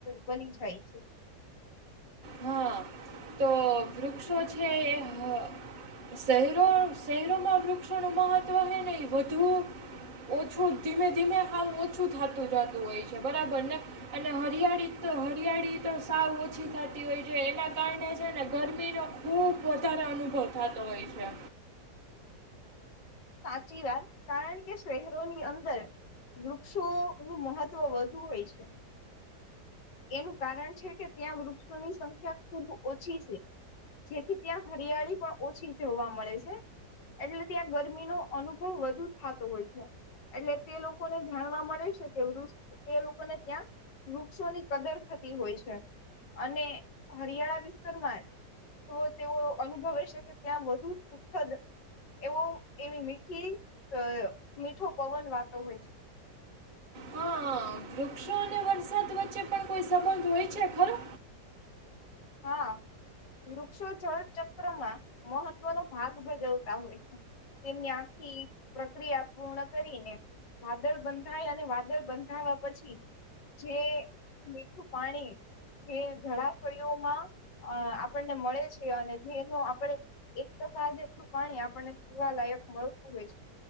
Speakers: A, on the left (about 85°); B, on the right (about 30°).
A: બની જાય. <inaudible>
B: હા તો વૃક્ષો છે એ હ શહેરો શહેરોમાં વૃક્ષોનું મહત્ત્વ હે ને એ વધુ ઓછું ધીમે ધીમે સાવ ઓછું થતું જતું હોય છે બરાબર ને અને હરિયાળી તો હરિયાળી તો સાવ ઓછી થતી. હો એના કારણે છે ને ગરમીનો ખૂબ વધારે અનુભવ થતો હોય છે.
A: સાચી વાત કારણ કે શહેરોની અંદર વૃક્ષોનું મહત્વ વધુ હોય છે એનું કારણ છે કે ત્યાં વૃક્ષોની સંખ્યા ખૂબ ઓછી છે. જેથી ત્યાં હરિયાળી પણ ઓછી જોવા મળે છે. એટલે ત્યાં ગરમી.. અનુભવ વધુ થતો હોય છે એટલે તે લોકોને જાણવા મળે છે કે વૃક્ષ તે લોકોને ત્યાં વૃક્ષોની કદર થતી હોય છે અને હરિયાળા વિસ્તારમાં તેઓ અનુભવ હશે કે ત્યાં વધુ સુખદ એવો એવી મીઠી અ મીઠો પવન વાતો હોય છે.
B: હા વૃક્ષો અને વરસાદ વચ્ચે પણ કોઈ સંબંધ હોય છે ખરો..
A: હા વૃક્ષો છ ચક્રમાં મહત્વનો ભાગ ભજવતા હોય છે.. તેમની આખી પ્રક્રિયા પૂર્ણ કરીને વાદળ બંધાય અને વાદળ બંધાવા પછી જે મીઠું પાણી જે જળાશય.. આપણને મળે છે અને જેનું આપણે એક ટકા જેટલું પાણી આપણને પીવાલાયક મળતું હોય છે